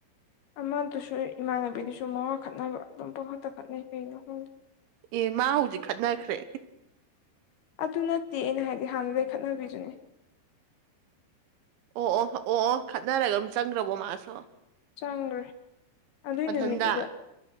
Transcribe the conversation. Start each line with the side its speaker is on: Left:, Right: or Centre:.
Left: ꯑꯃꯗꯨꯁꯨ ꯏꯃꯥꯟꯅꯕꯤꯗꯨꯁꯨ ꯃꯋꯥ ꯈꯠꯅꯕ ꯑꯗꯨꯝ ꯄꯪꯈꯛꯇ ꯈꯠꯅꯩ ꯀꯩꯅꯣ ꯈꯪꯗꯦ
Right: ꯑꯦ ꯃꯥ ꯍꯧꯖꯤꯛ ꯈꯠꯅꯈ꯭ꯔꯦ
Left: ꯑꯗꯨ ꯅꯠꯇꯦ ꯑꯩꯅ ꯍꯥꯏꯗꯤ ꯍꯥꯟꯅ ꯂꯩꯈꯠꯅꯕꯤꯗꯨꯅꯦ
Right: ꯑꯣ ꯑꯣ ꯑꯣ ꯑꯣ ꯈꯠꯅꯔꯒ ꯑꯗꯨꯝ ꯆꯪꯈ꯭ꯔꯕꯣ ꯃꯥꯁꯨ
Left: ꯆꯪꯪꯈ꯭ꯔꯦ ꯑꯗꯨꯏ
Right: ꯃꯊꯟꯗ
Left: ꯅꯨꯃꯤꯠꯇꯨꯗ